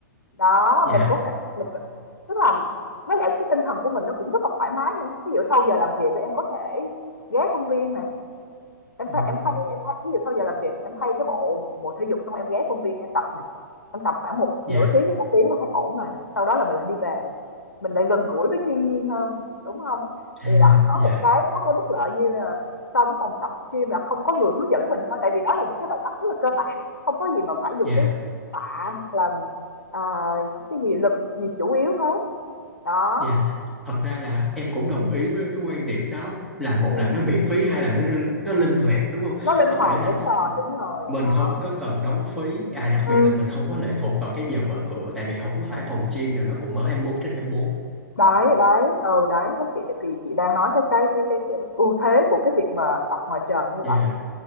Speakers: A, on the left; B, in the centre.
A: Đó,
B: dạ
A: mình có thể mình có- tức là với lại cái tinh thần của mình nó cũng rất là thoải mái nữa. Ví dụ sau giờ làm việc thì em có thể ghé công viên này em
B: ô
A: thay em thay em thay cái gì sau giờ làm việc thì em thay cái bộ bộ bộ thể dục xong em ghé công viên em tập nè em tập khoảng một
B: dạ
A: nửa tiếng đến một tiếng là thấy ổn rồi sau đó là mình lại đi về mình lại gần gũi với thiên nhiên hơn đúng không
B: à
A: thì đó có
B: dạ
A: một cái có cái bất lợi như là so với phòng tập gym là không có người hướng dẫn mình thôi tại vì đó là những cái bài tập rất là cơ bản không có gì mà phải dùng
B: dạ
A: tới tạ hoặc là à, những cái gì lực gì chủ yếu hết đó
B: Dạ, Thật ra là em cũng đồng ý với cái quan điểm đó là một
A: ừ.
B: là nó miễn phí, hai là nó linh- nó linh hoạt đúng không?
A: nó linh
B: Có
A: hoạt
B: nghĩa là
A: đúng rồi đúng rồi
B: mình
A: đó
B: không có cần đóng phí, à đặc
A: ừ.
B: biệt là mình không có lệ thuộc vào cái giờ mở cửa tại vì không có phải phòng gym nào nó cũng mở hai mươi bốn trên 24.
A: đấy đấy ừ đấy đó chị thì chị đang nói tới cái cái cái cái ưu thế của cái việc mà tập ngoài trời như
B: Dạ.
A: vậy